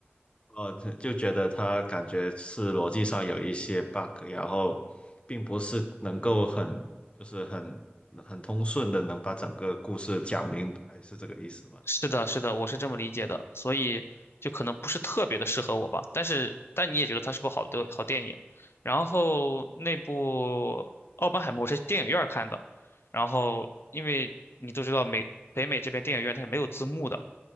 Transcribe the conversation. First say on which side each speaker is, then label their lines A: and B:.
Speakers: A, on the left; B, on the left.
A: 呃，就就觉得他感觉是逻辑上有一些 bug，然后并不是能够很就是很很通顺的能把整个故事讲明白，是这个意思吗？
B: 是的，是的，我是这么理解的，所以就可能不是特别的适合我吧。但是，但你也觉得它是部好的好电影。然后那部《奥本海默》我是电影院儿看的，然后因为你都知道美北美这边电影院它是没有字幕的，